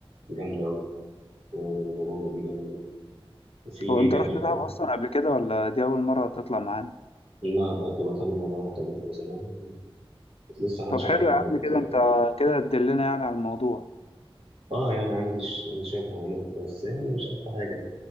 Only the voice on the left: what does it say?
هو انت
رحت دهب
اصلا قبل كده ولا دي اول مره تطلع معانا
طب
حلو يا
عم
كده انت كده تدلنا يعني على الموضوع